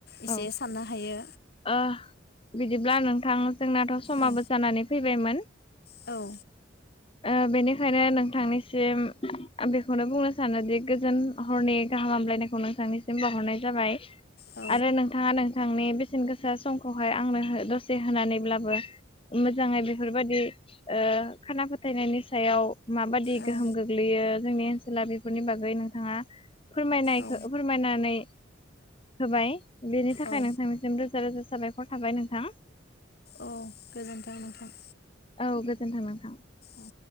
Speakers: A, on the left; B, on the left.
A: एसे
B: औ
A: साननो हायो
B: ओ बिदिब्ला नोंथां जोंनाथ' समाबो
A: औ
B: जानानै फैबायमोन
A: औ
B: ओ बेनिखायनो नोंथांनिसिम बेखौनो बुंनो सानोदि गोजोन हरनि गाहाम हामलायनायखौ नोंथांनिसिम बावहरनाय जाबाय।
A: औ
B: आरो नोंथाङा नों नोंनि बेसेन गोसा समखौहाय आंनो दसे होनानैब्लाबो मोजाङै बेफोरबादि ओ खाना फोथा फोथायनायनि सायाव माबादि
A: औ
B: गोहोम गोग्लैयो जोंनि ओनसोला बेफोरनि बागै नोंथाङा फोरमायनायखो
A: औ
B: फोरमायनानै होबाय बेनि थाखाय
A: औ
B: नोंथांनिसिम रोजा रोजा साबायखर थाबाय नोंथां।
A: औ गोजोन्थों नोंथां।
B: औ गोजोन्थों नोथां।
A: औ